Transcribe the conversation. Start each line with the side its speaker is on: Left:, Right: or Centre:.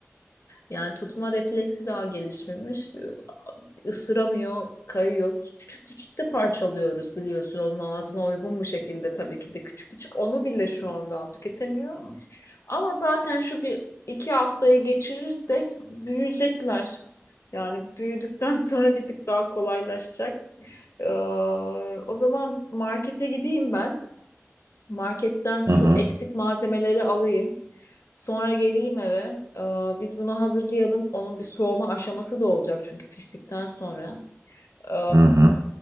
Left: Yani tutma refleksi daha gelişmemiş. E, Isıramıyor, kayıyor. Küçük küçük de parçalıyoruz biliyorsun. Onun ağzına uygun bu şekilde tabii ki de küçük küçük. Onu bile şu anda tüketemiyor. Ama zaten şu bir iki haftayı geçirirsek büyüyecekler. Yani büyüdükten <laughs> sonra bir tık daha kolaylaşacak. Ee, o zaman markete gideyim ben. Marketten şu
Right: Hı hı.
Left: eksik malzemeleri alayım. Sonra geleyim eve. Ee, biz bunu hazırlayalım. Onun bir soğuma aşaması da olacak çünkü piştikten sonra. Ee,
Right: Hı hı.